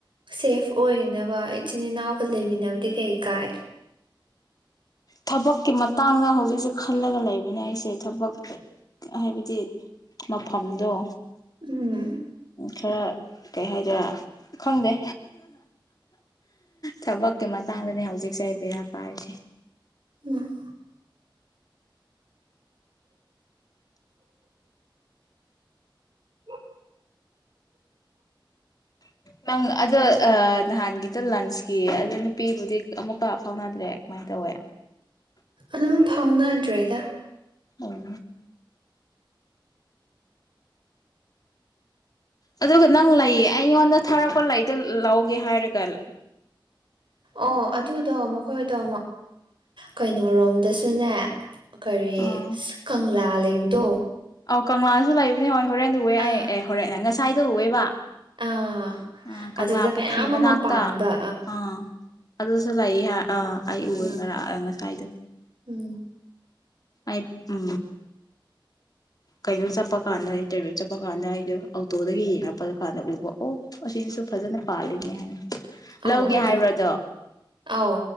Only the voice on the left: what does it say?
ꯊꯕꯛꯀꯤ ꯃꯇꯥꯡꯗ ꯍꯧꯖꯤꯛꯁꯦ ꯈꯜꯂꯒ ꯂꯩꯕꯅꯦ ꯑꯩꯁꯦ ꯊꯕꯛ ꯍꯥꯏꯕꯗꯤ ꯃꯐꯝꯗꯣ
ꯈꯔ ꯀꯩ ꯍꯥꯏꯗꯔꯦ ꯈꯪꯗꯦ ꯊꯕꯛꯀꯤ ꯃꯇꯥꯡꯗꯅꯦ ꯍꯧꯖꯤꯛꯁꯦ ꯕꯦꯔꯥ ꯄꯥꯔꯤꯁꯦ
ꯅꯪ ꯑꯗꯣ ꯅꯍꯥꯟꯒꯤꯗ ꯂꯟꯁꯀꯤ ꯑꯗꯨ ꯅꯨꯄꯤꯕꯨꯗꯤ ꯑꯃꯨꯛꯀ ꯐꯥꯎꯅꯗ꯭ꯔꯦ ꯀꯃꯥꯏꯅ ꯇꯧꯋꯦ
ꯑꯣ ꯑꯗꯨ꯭ꯔꯒ ꯅꯪ ꯂꯩ ꯑꯩꯣꯟ ꯊꯥꯔꯛꯄ ꯂꯩꯗ ꯂꯧꯒꯦ ꯍꯥꯏꯔꯒ ꯀꯜ
ꯑꯥ
ꯑꯣꯧ ꯀꯪꯂꯥꯁꯨ ꯂꯩꯕꯅꯦ ꯍꯣꯏ ꯍꯣꯔꯦꯟꯋꯦ ꯑꯩ
ꯑꯦ ꯍꯣꯔꯦꯟꯂ ꯉꯁꯤꯦ ꯁꯥꯏꯗ ꯎꯋꯦꯕ
ꯑ ꯀꯪꯂꯥ
ꯄꯨꯈ꯭ꯔꯤ
ꯃꯅꯥꯛꯇ
ꯑꯥ ꯑꯗꯨꯁꯨ ꯂꯩꯌꯦ ꯑꯥ ꯑꯩ ꯎ
ꯉꯔ ꯉꯁꯥꯏꯗꯣ
ꯑꯩ ꯎ ꯀꯩꯅꯣ ꯆꯠꯄ ꯀꯥꯟꯗ ꯏꯟꯇꯔꯚꯌꯨꯠ ꯆꯠꯄ ꯀꯥꯟꯗ ꯑꯩꯗꯣ ꯑꯣꯇꯣꯗꯒꯤ ꯌꯦꯡꯉꯛꯄ ꯀꯥꯟꯗ ꯎꯕ ꯑꯣ ꯑꯁꯤꯁꯨ ꯐꯖꯅ ꯄꯥꯜꯂꯤꯅꯦ ꯍꯥꯏꯅ
ꯂꯧꯒꯦ
ꯍꯥꯏꯕ꯭ꯔꯗꯣ